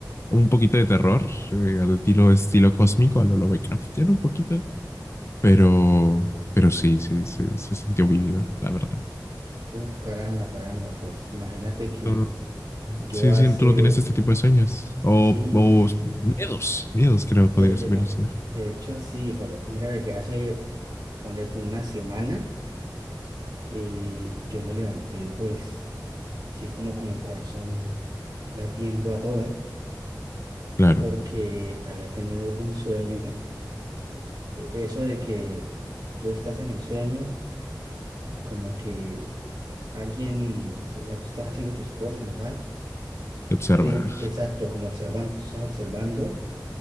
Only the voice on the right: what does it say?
Uf, caramba, caramba, pues imagínate que
yo
hace,
sí,
sí,
de,
de,
de hecho sí, por- mira de que hace, ponle tú una semana, eh, yo me levanté pues, sí, como con el corazón latiendo a toda,
porque había tenido un sueño, e- eso de que tú estás en el sueño, como que alguien, o sea, tú estás haciendo tus cosas normal,
y de- y- exacto, como observando, tú estás observando,